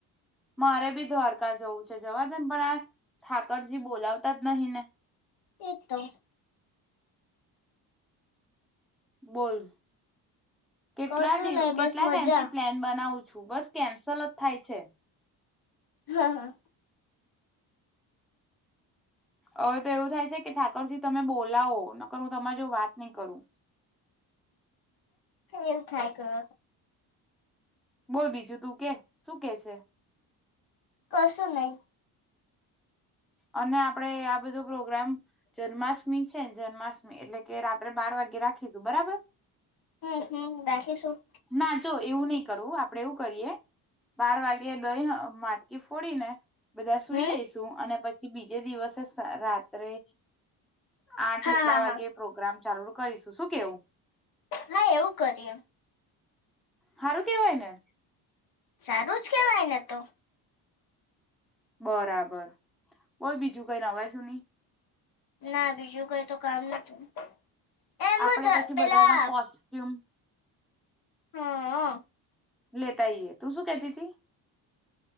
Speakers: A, in the centre; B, on the left (about 60°).
A: મારે બી દ્વારકા જવું છે જવા દ ને પણ આ ઠાકરજી બોલાવતા જ નહી ને
B: એક તો
A: બોલ કેટલા
B: કશું
A: દિવ
B: નહી
A: કેટલા
B: બસ મજા
A: ટાઈમથી પ્લેન બનાવું છ છું બસ કેન્સલ જ થાય છે
B: હા હા
A: હવે તો એવું થાય છે કે ઠાકરજી તમે બોલાવો ન કર હું તમારે જો વાત નહી કરું
B: એમ થાય કર
A: બોલ બીજું તું કે શું કે છે?
B: કશું નહી.
A: અને આપડે આ બધો પ્રોગ્રામ જન્માષ્ટમી છેને જન્માષ્ટમી એટલે કે રાત્રે બાર વાગ્યે રાખીશું બરાબર.
B: હમ હમ રાખીશું.
A: ના જો એવું નહી કરવું આપડે એવું કરીએ, બાર વાગે દહી માટકી ફોડીને બધા સુઈ
B: હમ
A: જઈશું અને પછી પછી બીજે દિવસે રાત્રે આઠ
B: હા
A: એટલા
B: હા
A: વાગે
B: હા
A: પ્રોગ્રામ ચાલર કરીશું શું કેવું?
B: હા એવું કરી એમ.
A: હારું કેવાય ને?
B: સારું જ કેવાય ને તો.
A: બરાબર, બોલ બીજું કઈ નવાજું નહી.
B: ના બીજું કઈ તો કામ નતું. એમ
A: આપડે
B: જ
A: પછી
B: પેલા
A: બધાના કોસ્ટ્યુમ
B: હા.
A: લેતા ઈએ તું શું કેતી તી?